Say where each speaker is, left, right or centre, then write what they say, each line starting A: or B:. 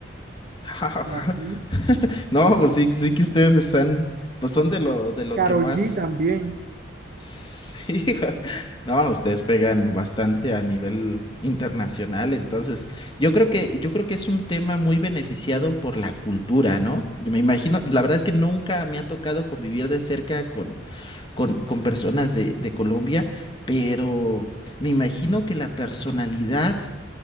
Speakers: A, on the left (about 25°); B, on the right (about 45°).
A: <laughs>
B: y así.
A: No, pues sí, sí que ustedes están, pues son de lo, de lo
B: Carol
A: que más.
B: G también.
A: Sí, <laughs> no, ustedes pegan bastante a nivel internacional, entonces yo creo que yo creo que es un tema muy beneficiado por la cultura, ¿no? Yo Me imagino, la verdad es que nunca me ha tocado convivir de cerca con, con, con personas de, de Colombia, pero me imagino que la personalidad